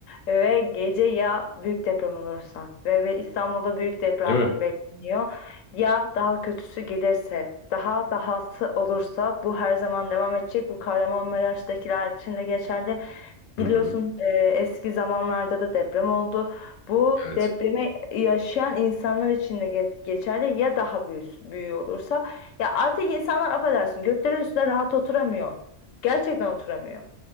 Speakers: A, on the left; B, on the left.
A: Ve gece ya büyük deprem olursa ve, ve İstanbul'da büyük deprem
B: Değil mi?
A: bekleniyor. Ya daha kötüsü gelirse, daha dahası olursa bu her zaman devam edecek. Bu Kahramanmaraş'takiler için de geçerli.
B: Hı
A: Biliyorsun
B: hı.
A: e, eski zamanlarda da deprem oldu. Bu
B: Evet.
A: depremi yaşayan insanlar için de ge- geçerli ya daha büyük, büyüğü olursa. Ya artık insanlar affedersin götlerin üstüne rahat oturamıyor. Gerçekten oturamıyor.